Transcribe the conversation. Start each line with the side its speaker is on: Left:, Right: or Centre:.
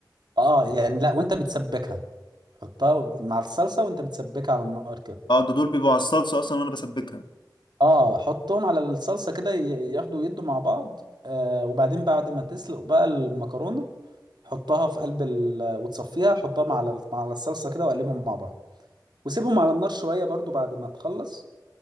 Right: اه يعني لا وانت بتسبكها حطها مع الصلصة وانت بتسبكها على النار كده
Left: اه ده دول بيبقوا على الصلصه اصلا وانا بسبكها
Right: اه حطهم على الصلصة كده ي- ياخدوا يدوا مع بعض آه وبعدين بعد ما تسلق بقى المكرونة حطها في قلب ال... وتصفيها حطها على ال- مع الصلصه كده وقلبهم مع بعض وسيبهم على النار شويه برضو بعد ما تخلص